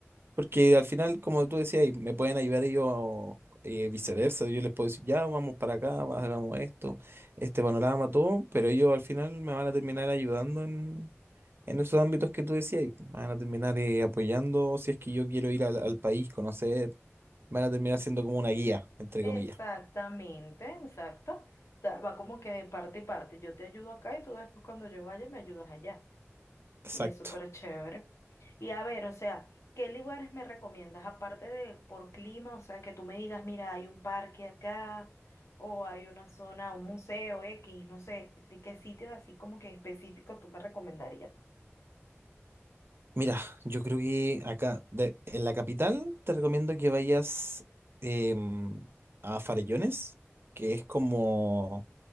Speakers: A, on the right (about 50°); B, on the left (about 75°).
A: porque al final, como tú decías, ahí, me pueden ayudar ellos eh, viceversa, yo les puedo decir, ya, vamos para acá, va- hagamos esto, este panorama, todo, pero ellos al final me van a terminar ayudando en, en esos ámbitos que tú decías, y me van a terminar eh, apoyando si es que yo quiero ir al, al país, conocer. Van a terminar siendo como una guía, entre
B: Exactamente,
A: comillas.
B: exacto. O sea, va como que de parte y parte. Yo te ayudo acá y tú después cuando yo vaya me ayudas allá.
A: Exacto.
B: Y es súper chévere. Y a ver, o sea, ¿qué lugares me recomiendas aparte de por clima? O sea, que tú me digas, mira, hay un parque acá o hay una zona, un museo X, no sé, ¿de qué sitios así como que específicos tú me recomendarías?
A: Mira, yo creo que acá, de- en la capital, te recomiendo que vayas em, a Farellones, que es como,